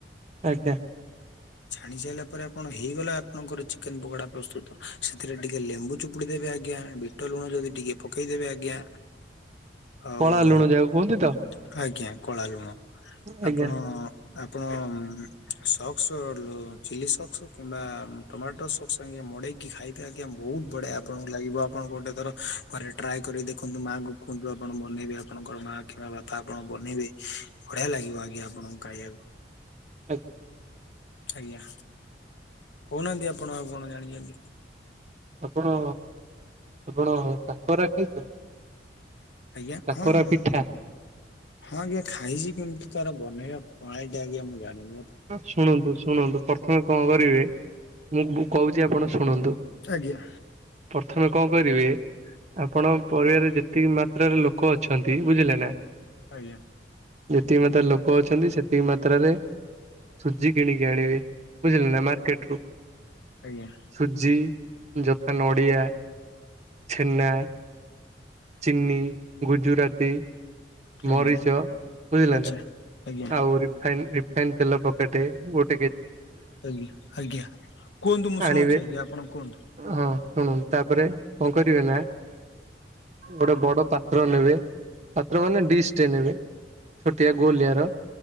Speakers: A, on the right; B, on the left.
A: ଆଜ୍ଞା।
B: ଛାଣି ସାଇଲା ପରେ ଆପଣ ହେଇଗଲା ଆପଣଙ୍କର ଚିକେନ୍ ପକୋଡା ପ୍ରସ୍ତୁତ। ସେଥେରେ ଟିକେ ଲେମ୍ବୁ ଚୁପୁଡି ଦେବେ ଆଜ୍ଞା। ବିଟ ଲୁଣ ଯଦି ଟିକେ ପକେଇଦେବେ ଆଜ୍ଞା! ଆଉ,
A: କଳା ଲୁଣ
B: ଅମ
A: ଯାହାକୁ କୁହନ୍ତି ତ
B: ଆଜ୍ଞା କଳା ଲୁଣ।
A: ଆଜ୍ଞା
B: ଆପଣ, ଆପଣ ଅମ୍ ସକ୍ସଅ ଡିଲ୍ ଚିଲି ସକ୍ସ କିମ୍ବା ଟମାଟୋ ସକ୍ସ ସାଙ୍ଗେ ମଡେଇକି ଖାଇ କି ଆଜ୍ଞା ବୋହୁତ୍ ବଢିଆ ଆପଣଙ୍କୁ ଲାଗିବ ଆପଣଙ୍କୁ ଗୋଟେ ଥର ଘରେ ଟ୍ରାଏ କରି ଦେଖନ୍ତୁ। ମାଙ୍କୁ କୁହନ୍ତୁ ଆପଣ ବନେଇବେ, ଆପଣଙ୍କର ମା କିମ୍ବା ବାପା ଆପଣ ବନେଇବେ ବଢିଆ ଲାଗିବ ଆଜ୍ଞା ଆପଣଙ୍କୁ କାଇଆକୁ।
A: ଆଜ୍ଞା।
B: ଆଜ୍ଞା। କୋଉନାହାନ୍ତି ଆପଣ ଆଉ କଣ ଜାଣିଚନ୍ତି?
A: ଆପଣ! ଆପଣ, କାକରା ଖାଇଛନ୍ତି।
B: ଆଜ୍ଞା।
A: କାକରା
B: ହଁଅଁ ଉମ।
A: ପିଠା
B: ହଁ ଆଜ୍ଞା ଖାଇଛି, କେମତି ତାର ବନେଇବା ପଣାଳିଟା ଆଜ୍ଞା ମୁଁ ଜାିଣିନି?
A: ଶୁଣନ୍ତୁ, ଶୁଣନ୍ତୁ ପ୍ରଥମେ କଁ କରିବେ? ମୁଁ, ମୁଁ କହୁଚି ଆପଣ ଶୁଣନ୍ତ।
B: ଆଜ୍ଞା।
A: ପ୍ରଥମେ କଁ କରିବେ? ଆପଣ ପରିବାରେ ଯେ ତିକି ମାତ୍ରାରେ ଲୋକ ଅଛନ୍ତି ବୁଝିଲେ ନା।
B: ଆଜ୍ଞା।
A: ଯେତିକି ମାତାରେ ଲୋକ ଅଛନ୍ତି ସେତିକି ମାତ୍ରାରେ ସୁଜି କିଣିକି ଆଣିବେ, ବୁଝିଲେ ନା ମାର୍କେଟ୍ ରୁ।
B: ଆଜ୍ଞା।
A: ସୁଜି ଯଥା ନଡ଼ିଆ, ଛେନା। ଚିିନି, ଗୁଜୁରାତି। ମରିଚ
B: ଆଜ୍ଞା
A: ବୁଝିଲ
B: ଆଚ୍ଛା
A: ନା
B: ଆଜ୍ଞା
A: ଆଉ ରିଫାଇନ ରିଫାଇନ ତେଲ ପକେଇଟେ ଗୋ
B: ଆଜ୍ଞା ଆଜ୍ଞା କୁହନ୍ତୁ ମୁଁ
A: ଆଣିବେ
B: ଶୁଣୁଛି ଆଜ୍ଞା ଆପଣ କୁହନ୍ତୁ?
A: ହଁ ଶୁଣନ୍ତୁ ତାପରେ କଣ କରିବେ ନା ଗୋଟେ ବଡ ପାତ୍ର ନେବେ। ପାତ୍ର ମାନେ ଡିଶଟେ ନେବେ। ଛୋଟିଆ ଗୋଲିଆର